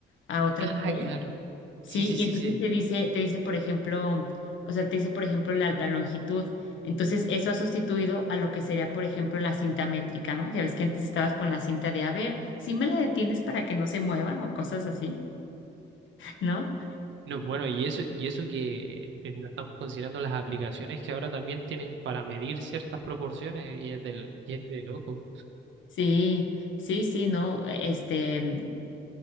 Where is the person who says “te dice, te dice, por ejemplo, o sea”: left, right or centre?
Left